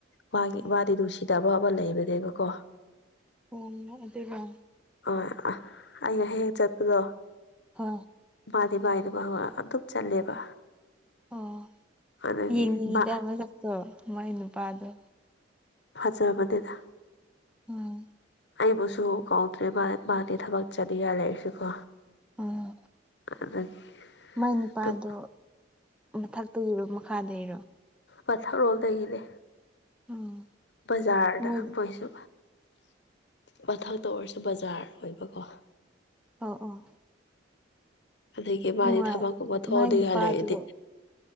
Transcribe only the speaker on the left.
ꯃꯥꯒꯤ
ꯃꯥꯗꯤ ꯅꯨꯡꯁꯤꯗꯕ ꯑꯃ ꯂꯩꯕꯅꯦꯕꯀꯣ꯫
ꯑ ꯑ ꯑꯩꯅ ꯍꯦꯛ ꯆꯠꯄꯗꯣ꯫
ꯃꯥꯗꯤ <unintelligible> ꯑꯗꯨꯝ ꯆꯠꯂꯦꯕ
ꯑꯗꯨꯒꯤ
ꯃꯥ
ꯐꯖꯕꯅꯦꯗ
ꯑꯩꯕꯨꯁꯨ ꯀꯧꯗ꯭ꯔꯦꯕ ꯃꯥꯗꯤ ꯊꯕꯛ ꯆꯠꯅꯤꯡꯉꯥꯏ ꯂꯩꯔꯁꯨꯀꯣ
ꯑꯗꯒꯤ
ꯑꯗꯨꯝ
ꯃꯊꯛꯔꯣꯝꯗꯒꯤꯅꯦ
ꯕꯖꯥꯔꯗ
ꯃꯣꯏꯁꯨ ꯃꯊꯛꯇ ꯑꯣꯏꯔꯁꯨ ꯕꯖꯥꯔ ꯑꯣꯏꯕꯀꯣ
ꯑꯗꯒꯤ ꯃꯥꯗꯤ
ꯊꯕꯛꯀꯨꯝꯕ ꯊꯣꯛꯑꯗꯤꯉꯥꯏ
ꯂꯩꯔꯗꯤ